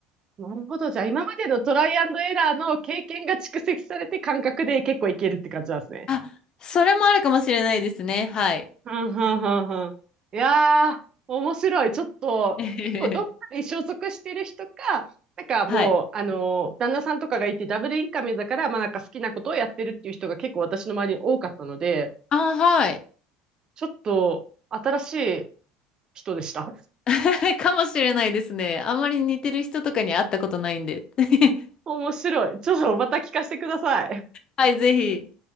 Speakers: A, on the right; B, on the left.
A: なるほど。じゃあ、今までのトライアンドエラーの経験が蓄積されて感覚で結構いけるって感じなんですね。
B: あそれもあるかもしれないですねはい
A: はんはんはんはん。いやー、面白い。ちょっと、
B: <laughs> えへへへ
A: どっかに所属してる人か、なんかもう、
B: はい。
A: あのー旦那さんとかがいてダブルインカムだから、まあなんか好きなことをやってるっていう人が結構私の周りに多かったので、
B: あ、はい。
A: ちょっと新しい人でした。
B: <laughs> かもしれないですね。あんまり似てる人とかに会ったことないんで。<laughs>
A: 面白い。ちょっとまた聞かせてください。
B: はい、ぜひ。